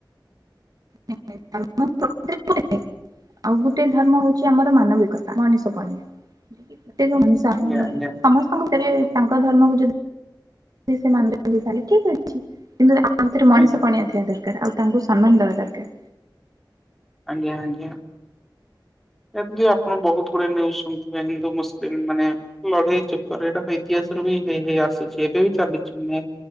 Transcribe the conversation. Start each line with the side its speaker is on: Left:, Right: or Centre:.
Right: <unintelligible> ଆଉ ଗୋଟିଏ ଧର୍ମ ହୋଉଛି ଆମର ମାନବିକତା ମଣିଷ ପଣିଆଁ ଦେବି ପ୍ରତ୍ୟେକ ମଣିଷ ତାଙ୍ଗ
Centre: ଆଜ୍ଞା
Right: ସମସ୍ତଙ୍କ ଘରେ ତାଙ୍କ ଧର୍ମକୁ ଯଦି ସେ ମାନୁଛନ୍ତି ତାହେଲେ ଠିକ ଅଛି କିନ୍ତୁ ଆମ୍ ଥିରେ ମଣିଷ
Centre: ଆଜ୍ଞା
Right: ପଣିଆ ଥିଆ ଦରକାର୍ ଆଉ ତାଙ୍କୁ ସମ୍ମାନ ଦବା ଦରକାର୍।
Centre: ଆଜ୍ଞା ଆଜ୍ଞା। ଏମିତି ଆପଣ ବହୁତ ଗୁଡେ ନ୍ୟୁଜ୍ ଶୁଣିଥେ ହିନ୍ଦୁ ମୁସଲିମ୍ ମାନେ ଲଢେଇ ଚକର ଏଇଟା ଇତିହାସ ରୁ ବି ହେଇ ହେଇ ଆସୁଛି ଏବେ ବି ଚାଲିଛି ନୁହ୍